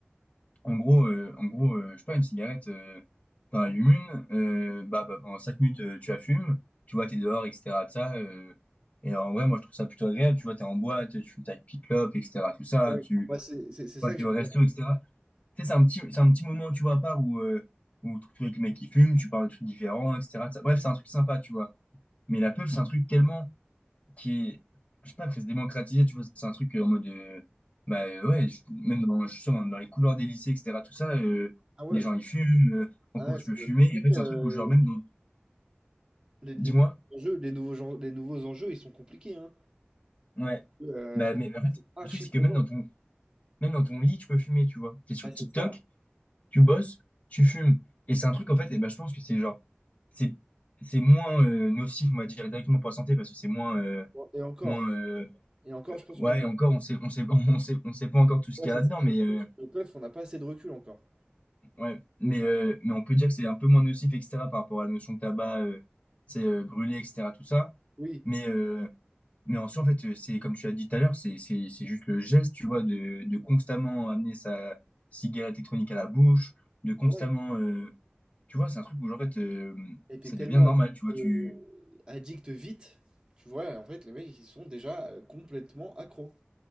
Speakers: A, on the left; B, on the right.
A: En gros, euh, en gros euh, je sais pas, une cigarette, euh, t'en allumes une, euh, bah, bah, pendant 5 minutes, euh, tu la fumes, tu vois, t'es dehors, etc. de ça, euh, et en vrai, moi, je trouve ça plutôt agréable, tu vois, t'es en boîte, tu fumes ta petite clope, etc. Tout ça,
B: Ouais,
A: tu
B: moi, c'est c'est- c'est
A: vois,
B: ça
A: t'es
B: que j'aime
A: au resto,
B: bien.
A: etc. Tu sais, c'est un petit, c'est un petit moment, tu vois, à part où, euh, où tu es avec le mec qui fume, tu parles de trucs différents, etc. tout ça. Bref, c'est un truc sympa, tu vois. Mais la pub, c'est un truc tellement qui est, je sais pas, que c'est démocratisé, tu vois, c'est un truc euh, en mode, euh, bah euh, ouais, je- même dans, je suis sûr, même dans les couloirs des lycées, etc., tout ça, euh,
B: Ah ouais,
A: les gens
B: je-
A: ils fument, euh, en
B: ah
A: cours
B: ouais,
A: tu
B: ça
A: peux
B: doit
A: fumer,
B: être compliqué.
A: et en fait c'est
B: euh,
A: un truc où genre même dans,
B: les, les
A: dis-moi,
B: nouveaux enjeux, les nouveaux, gen- les nouveaux enjeux, ils sont compliqués, hein.
A: ouais,
B: Euh,
A: bah mais mais en fait,
B: archi
A: le truc c'est
B: présent.
A: que même dans ton, même dans ton lit tu peux fumer, tu vois, t'es sur
B: Ouais, c'est
A: TikTok,
B: ça.
A: tu bosses, tu fumes, et c'est un truc en fait, et bah je pense que c'est genre, c'est, c'est moins euh, nocif, on va dire, directement pour la santé, parce que c'est moins, euh,
B: Bon, Et encore,
A: moins, euh,
B: et encore, je pense
A: ouais,
B: qu'on.
A: encore, on sait, on sait, <laughs> on sait, on sait pas encore tout ce
B: Ouais,
A: qu'il
B: c'est
A: y a là-dedans,
B: ça.
A: mais... euh,
B: Sur le PEUF, on n'a pas assez de recul encore.
A: Ouais, mais,
B: Au- pour-
A: euh, mais on peut dire que c'est un peu moins nocif, etc., par rapport à la notion de tabac, euh, c'est euh, brûlé, etc., tout ça.
B: Oui,
A: Mais, euh, mais en soi, en fait, euh, c'est comme tu as dit tout à l'heure, c'est c'est- c'est juste le geste, tu vois, de, de constamment amener sa cigarette électronique à la bouche, de constamment.
B: ouais.
A: euh, tu vois, c'est un truc où, genre, en fait, euh,
B: Et t'es
A: ça
B: tellement
A: devient normal,
B: addict,
A: tu vois,
B: euh,
A: tu.
B: addict vite, tu vois. En fait, les mecs, ils sont déjà euh, complètement accros.